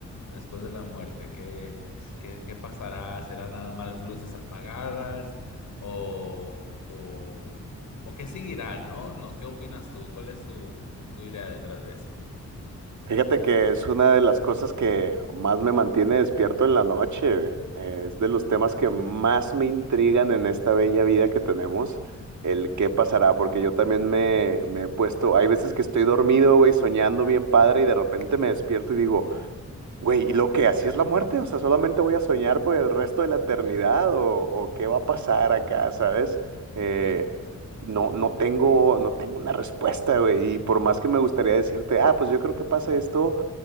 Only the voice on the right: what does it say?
Fíjate que es una de las cosas que más me mantiene despierto en la noche. eh, Es de los temas que más me intrigan en esta bella vida que tenemos, el qué pasará, porque yo también me, me he puesto, hay veces que estoy dormido, güey, soñando bien padre y de repente me despierto y digo, Güey, ¿y lo que así es la muerte? O sea, solamente voy a soñar por el resto de la eternidad o, o qué va a pasar acá, ¿sabes? Eh,
no, no tengo, no tengo una respuesta, güey. Y por más que me gustaría decirte, ah, pues yo creo que pasa esto,